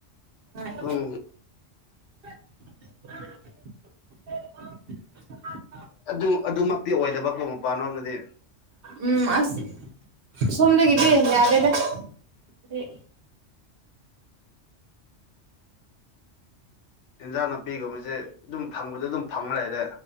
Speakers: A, on the right; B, on the left.
A: ꯍꯣꯏ
B: ꯑꯗꯨꯝ
A: <inaudible>
B: ꯑꯗꯨ ꯑꯗꯨꯃꯛꯇꯤ ꯑꯣꯏꯗꯕꯀꯣ ꯃꯄꯥꯟꯅꯣꯝꯗꯗꯤ
A: ꯎꯝ ꯑꯁ ꯁꯣꯝꯗꯒꯤꯗꯤ ꯌꯥꯒꯦꯗ ꯎ
B: ꯏꯟꯖꯥꯡ ꯅꯥꯄꯤꯒꯨꯝꯕꯁꯦ ꯑꯗꯨꯝ ꯐꯪꯕꯗ ꯑꯗꯨꯝ ꯐꯪꯉ ꯂꯩꯔꯦ